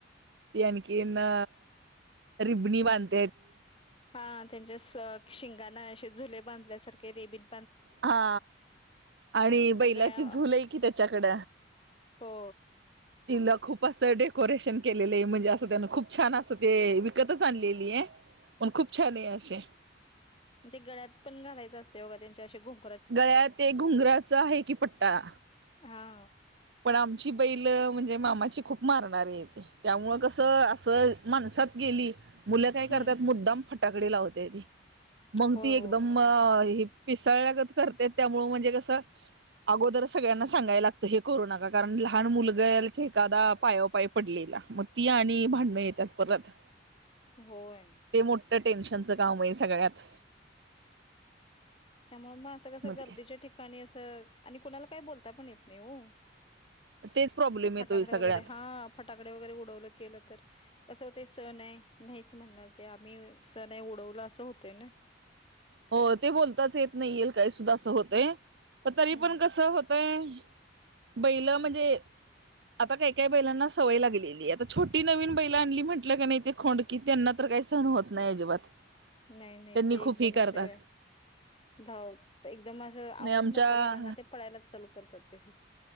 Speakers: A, on the right; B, on the left.
A: ते आणखी न रिबणी बांध
B: हा त्यांच्या स शिंगाना असे झुले बांधल्यासारखे रेबीन
A: हा आणि बैलाची
B: ते गळ्या
A: झूल आहे की त्याच्याकड
B: हो.
A: तिला खूप असं डेकोरेशन केलेलं ए म्हणजे आसं त्यान खूप छान असं, ते विकतच आणलेली ए. मग खूप छान ए असे.
B: ते गळ्यात पण घालायचं असतय बघा, त्यांच्या असे गुब
A: गळ्यात ते घुंगराचा हाय की पट्टा.
B: हा
A: पण आमची बैल म्हणजे मामाची खूप मारणारी हेती त्यामुळं कस असं माणसात गेली मुलं काय करतात
B: हम्म
A: मुद्दाम फटाकडी लावत्याती. मंग
B: होय
A: ती एकदम
B: होय
A: अ पिसाळल्यागत करते त्यामुळे म्हणजे कसं अगोदर सगळ्यांना सांगायला लागतं हे करू नका कारण लहान मुलगचे एखादा पायावरपाय पडलेला म ती आणि भांडणं येतात परत.
B: होय
A: ते मोठ टेन्श चं काम ये सगळ्यात
B: त्यामुळ म असं कसं
A: मध्ये
B: गर्दीच्या ठिकाणी असं आणि कुणाला काय बोलता पण येत नाय ओ.
A: तेच प्रॉब्लेम
B: असे
A: येतोय
B: फटाकडे
A: सगळ्यात
B: वगैरे हा फटाकडे वगैरे उडवलं केलं तर कसं होतय सण ये नाहीच म्हणणार ते आम्ही सण ये उडवलं असं होतय न.
A: हो ते बोलताच येत नाही येल काही सुद्धा असं होतय. पण तरी
B: हम्म
A: पण कसं होतय बैल म्हणजे आता काही काय बैलांना सवय लागलेलीय आता छोटी नवीन बैल आणली म्हटलं का नाही खोंडकी त्यांना तर काही सण होत नाय अजिबात
B: नाही नाही
A: त्यांनी
B: ते
A: खूप
B: एक एकदम
A: ही करतात
B: असे धाव एकदम अस आवाज
A: नाही आमच्या
B: मोठा झाला ना ते पळायलाच चालू करतात ते.